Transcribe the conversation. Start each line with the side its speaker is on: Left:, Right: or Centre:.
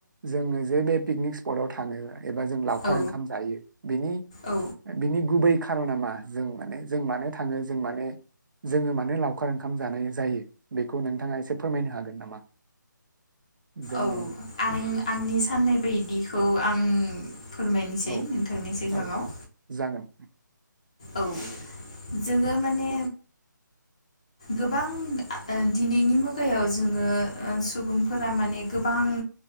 Right: जोङोजे बे पिकनिक स्पटाव थाङो एबा जों लावखार
Left: औ
Right: ओंखाम जायो बेनि
Left: औ
Right: बिनि गुबै खारना मा जों माने जों मानो थाङो जों माने जोङो मानो लावखार ओंखाम जानाय जायो बेखौ नोंथाङा एसे फोरमायनो हागोन नामा? जोंनि
Left: औ आं आंनि साननाय बायदिखौ आं फोरमायनिसै
Right: औ
Left: नोंथांनि सिगाङाव।
Right: औ जागोन
Left: औ जोङो माने गोबां आ दिनैनि मुगायाव जोङो ओ सुबुंफोरा माने गोबां